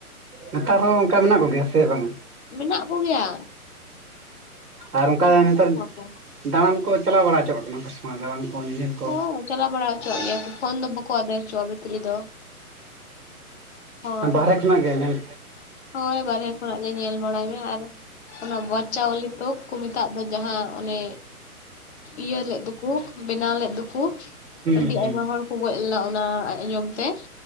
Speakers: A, on the right; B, on the left.
A: ᱱᱮᱛᱟᱨ ᱦᱚᱸ ᱚᱱᱠᱟ ᱢᱮᱱᱟᱜ ᱠᱚ ᱜᱮᱭᱟ ᱥᱮ ᱵᱟᱝᱟ?
B: ᱢᱮᱱᱟᱜ ᱠᱚ ᱜᱮᱭᱟ
A: ᱟᱨ ᱚᱱᱠᱟ ᱱᱮᱛᱟᱨ
B: ᱟᱠᱟᱫ ᱠᱚᱣᱟ ᱠᱚ
A: ᱫᱟᱬᱟᱱ ᱠᱚ ᱪᱟᱞᱟᱣ ᱵᱟᱲᱟ ᱦᱚᱪᱚᱣᱟᱜ ᱠᱟᱱᱟ ᱥᱮ ᱢᱟ ᱫᱟᱬᱟᱱ ᱠᱚ ᱧᱮᱧᱮᱞ ᱠᱚ
B: ᱦᱚᱸ ᱪᱟᱞᱟᱣ ᱵᱟᱲᱟ ᱦᱚᱪᱚᱣᱟᱜ ᱜᱮᱭᱟ ᱯᱷᱳᱱ ᱫᱚ ᱵᱟᱠᱚ ᱟᱫᱮᱨ ᱦᱚᱪᱚᱣᱟᱜ-ᱟ ᱵᱷᱤᱛᱨᱤ ᱫᱚ ᱦᱳᱭ
A: ᱚ ᱵᱟᱦᱨᱮ ᱠᱷᱚᱱᱟᱜ ᱜᱮ ᱧᱮᱞ
B: ᱦᱳᱭ ᱵᱟᱨᱦᱮ ᱠᱷᱚᱱᱟᱜ ᱜᱮ ᱧᱮᱞ ᱵᱟᱲᱟᱭ ᱢᱮ ᱟᱨ ᱚᱱᱟ ᱵᱟᱪᱪᱟᱣᱞᱤ ᱛᱚᱠ ᱠᱚ ᱢᱮᱛᱟᱜ ᱫᱚ ᱡᱟᱦᱟᱸ ᱚᱱᱮ ᱤᱭᱟᱹ ᱞᱮᱫ ᱫᱚᱠᱚ ᱵᱮᱱᱟᱣ ᱞᱮᱫ ᱫᱚᱠᱚ
A: ᱦᱩᱸ
B: ᱟᱹᱰᱤ
A: ᱦᱩᱸ
B: ᱟᱭᱢᱟ ᱦᱚᱲ ᱠᱚ ᱜᱚᱡ ᱞᱮᱱᱟ ᱚᱱᱟ ᱟᱸᱡᱚᱢ ᱛᱮ